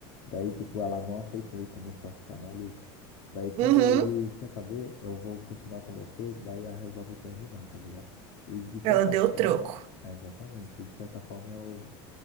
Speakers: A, on the left; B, on the right.
A: Daí, tipo, ela não aceitou e começou a ficar maluca. Daí, quando
B: Uhum.
A: ele quer saber, eu vou continuar com você, daí ela resolve terminar, tá ligado? E de certa
B: Ela deu
A: forma,
B: o troco.
A: é, exatamente. E de certa forma eu.